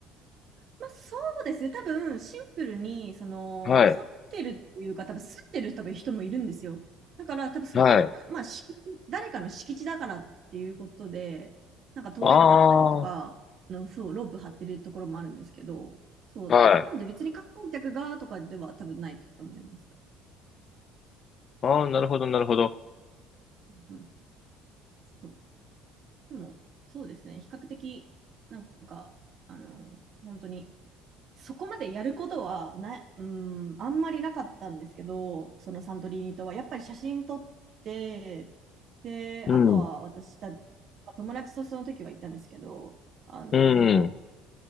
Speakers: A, on the right; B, on the left.
A: まあ、そうですね。多分、シンプルに、その、
B: はい。
A: 掘ってるというか、多分、吸ってる多分人もいるんですよ。だから、多分そこの、
B: はい。
A: まあ、敷地、誰かの敷地だからっていうことで、なんか通れなかったりとか、
B: ああ、は
A: あの、そう、ロープ張ってるところもあるんですけど、そう。
B: い。
A: なんで別に観光客がとかでは多分ないと思います。
B: ああ、なるほど、なるほど。
A: うん。そう。でも、そうですね。比較的、なんか、あの、本当に、そこまでやることはな、うん、あんまりなかったんですけど、そのサントリーニとは。やっぱり写真撮って、で、
B: うん。
A: あとは私た、友達とその時は行ったんですけど、あの、
B: うん。
A: 本当